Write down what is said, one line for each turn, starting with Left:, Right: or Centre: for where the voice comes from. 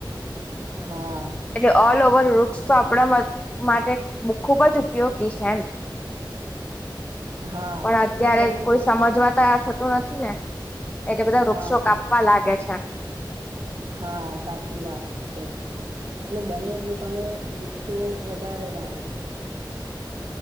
Right: હા
Left: એટલે, ઓલ ઓવર ર બસ તો આપણા માટે ખુબ જ ઉપયોગી છે. એમ
Right: હા
Left: પણ અત્યારે
Right: એટલે બને
Left: કોઈ,
Right: તે
Left: સમજવા ત. નથી. ને એટલે બધા વૃક્ષો
Right: હા
Left: કાપવા લાગે છે.
Right: હા, સાચી વાત છે. એટલે બને એટલુ, તમે વૃક્ષો વધારે વાવો